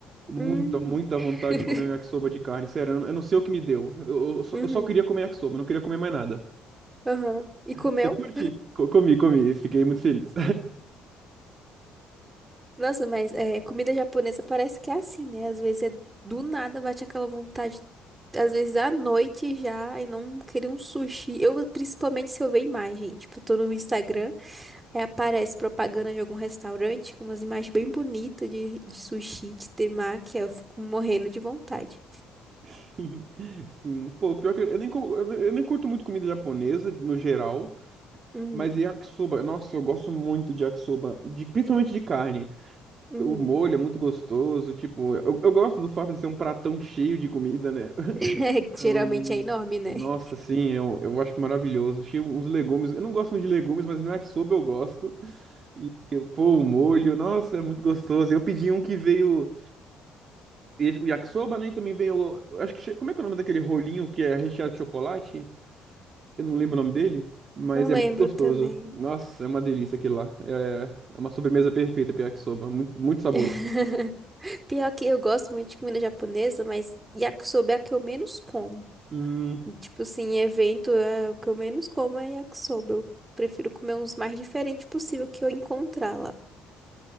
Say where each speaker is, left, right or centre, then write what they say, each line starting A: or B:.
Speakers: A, on the right; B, on the right.
A: Muita,
B: Hum.
A: muita
B: <laughs>
A: vontade de comer um yakisoba de carne. Sério, eu não eu não sei o que me deu. Eu, eu só,
B: Uhum,
A: eu só queria comer yakisoba, eu não queria comer mais nada.
B: aham. E comeu?
A: Você curte? Co- comi, comi, fiquei muito feliz.
B: Nossa, mas é, comida japonesa parece que é assim, né? Às vezes é do nada, bate aquela vontade, às vezes à noite já, e não querer um sushi. Eu, principalmente se eu ver imagem, tipo, eu tô no Instagram, aí aparece propaganda de algum restaurante com umas imagens bem bonitas de, de sushi, de temaki, aí eu fico morrendo de vontade.
A: <laughs> Sim, pô, pior que eu eu nem, co- eu eu nem curto muito comida japonesa no geral,
B: Uhum,
A: mas yakisoba, nossa, eu gosto muito de yakisoba, de, principalmente de carne.
B: uhum.
A: O molho é muito gostoso, tipo, eu, eu gosto do fato de ser um pratão cheio de comida, né? <laughs>
B: <laughs> É,
A: Então,
B: Geralmente é enorme, né?
A: nossa, sim, eu, eu acho maravilhoso. Cheio uns legumes, eu não gosto muito de legumes, mas no yakisoba eu gosto. Eu, pô, o molho, nossa, é muito gostoso. Eu pedi um que veio, o yakisoba, né, e também veio, eu acho que, che- como é que é o nome daquele rolinho que é recheado de chocolate? Eu não lembro o nome dele, mas
B: Não lembro
A: é muito gostoso.
B: também.
A: Nossa, é uma delícia aquele lá. É, é uma sobremesa perfeita, yakisoba. Muito, muito saboroso.
B: <laughs> Pior que eu gosto muito de comida japonesa, mas yakisoba é a que eu menos como.
A: Hum,
B: Tipo assim, em evento, é, o que eu menos como é yakisoba. Eu prefiro comer uns mais diferentes possível que eu encontrar lá.